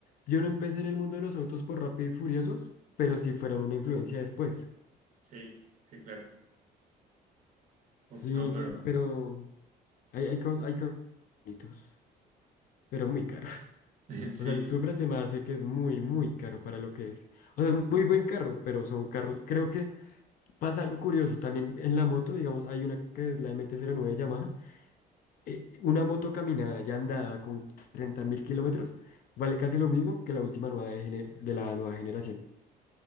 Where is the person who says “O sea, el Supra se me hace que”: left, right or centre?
Left